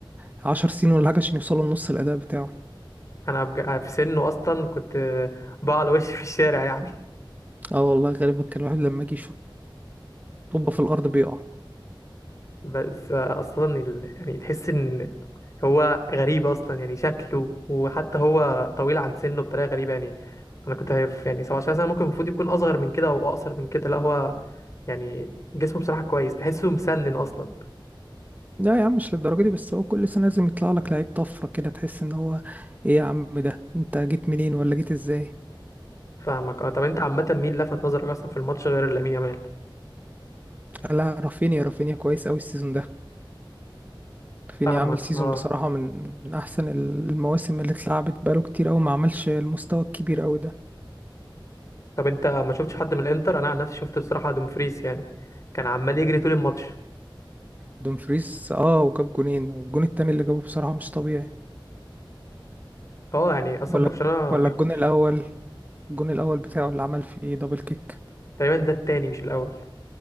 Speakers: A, on the right; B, on the left.
A: عشر سنين ولا حاجة عشان يوصلوا لنص الاداء بتاعه
B: انا بج- في سنه اصلا كنت بقى على وشي في الشارع يعني
A: اه والله غالبا كان الواحد لما يجي يشوط طوبة في الارض بيقع
B: بس اصلا ال... يعني تحس ان هو غريب اصلا يعني شكله وحتى هو طويل عن سنه بطريقه غريبه يعني انا كنت هيف يعني 17 سنه ممكن المفروض يكون اصغر من كده او اقصر من كده لا هو يعني جسمه بصراحه كويس تحسه مسنن اصلا
A: لا يا عم مش للدرجة دي بس هو كل سنة لازم يطلع لك لعيب طفرة كده تحس ان هو ايه يا عم ده انت جيت منين ولا جيت ازاي
B: فاهمك اه طب انت عامه مين لفت نظرك اصلا في الماتش غير لامين يامال
A: لا رافينيا رافينيا كويس قوي السيزون ده رافينيا
B: فاهمك
A: عامل سيزون
B: اه
A: بصراحة من من احسن المواسم اللي اتلعبت بقاله كتير قوي ما عملش المستوى الكبير قوي ده
B: طب انت ما شفتش حد من الانتر انا عن نفسي شفت بصراحه دومفريس يعني كان عمال يجري طول الماتش
A: دومفريس اه وجاب جونين والجون التاني اللي جابه بصراحة مش طبيعي
B: اه يعني اصلا
A: ولا
B: برشلونه
A: ولا
B: بيخش
A: الجون الأول الجون الأول بتاعه اللي عمل فيه دبل كيك
B: تقريبا ده التاني مش الاول